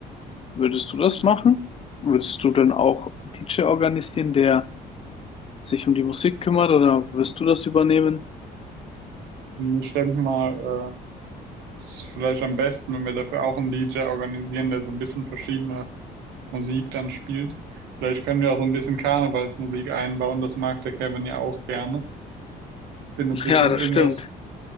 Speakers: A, on the left; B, on the right.
A: Würdest du das machen? Würdest du dann auch DJ organisieren, der sich um die Musik kümmert, oder wirst du das übernehmen?
B: Ich denke mal, äh, ist vielleicht am besten, wenn wir dafür auch einen DJ organisieren, der so ein bisschen verschiedene Musik dann spielt. Vielleicht können wir auch so ein bisschen Karnevalsmusik einbauen, das mag der Kevin ja auch gerne. Findet
A: <laughs>
B: sich
A: Ja,
B: schon
A: das
B: irgendwas,
A: stimmt.